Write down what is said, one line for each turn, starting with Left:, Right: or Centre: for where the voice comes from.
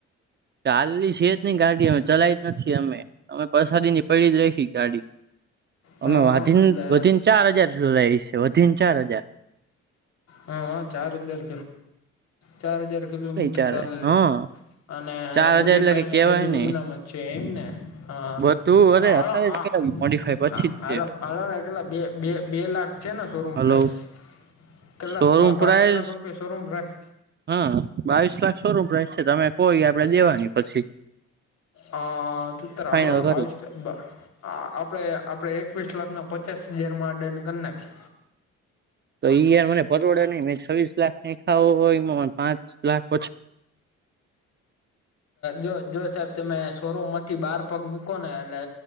Right: ચાલલી છે જ નઈ ગાડી અમે ચલાય જ નથી અમે. અમે પસાદી ની પડી જ રાયખી ગાડી
Left: હં
Right: અમે
Left: હં
Right: વાધીને
Left: એટલે
Right: વધીને ચાર હજાર સુધ ચલાયી છે વધી ને ચાર હજાર.
Left: હા હ ચાર હજાર, ચાર હજાર કિલોમીટર
Right: અત્યારે
Left: ચાલેલી
Right: હા.
Left: અને
Right: ચાર
Left: મોડીફાઇ
Right: હજાર એટલે કે
Left: ને
Right: કેવાય
Left: બધું
Right: નઈ
Left: એમનેમ જ છે એમને? હ
Right: બધું અરે
Left: આલો
Right: અત્યારે જ
Left: આ
Right: કરાવ્યું મોડીફાઈ
Left: હ
Right: પછી જ તે
Left: હાલોને કેટલા બે બે બે લાખ છે ને શોરૂમ
Right: હલો
Left: પ્રાઇસ? કેટલા
Right: શોરૂમ
Left: બા
Right: પ્રાઇસ
Left: બાવીસ લાખ રૂપિયા શોરૂમ પ્રાઈસ?
Right: હા બાવીસ લાખ શૉરૂમ પ્રાઇસ છે, તમે કો ઈ આપડે દેવાની પછી.
Left: હ ત તાર
Right: ફાઈનલ
Left: આલોને
Right: કરી
Left: બાવીસે બ આપડે આપડે એકવીસ લાખને પચાસ હજાર માં ડન કર નાખીયે?
Right: તો ઈ યાર મને પરવડે નહી મેં છવ્વીસ લાખ નાખ્યા હોય એમાં પાંચ લાખ પછી
Left: જો જો સાહેબ તમે શોરૂમમાંથી બાર પગ મૂકોને એટલે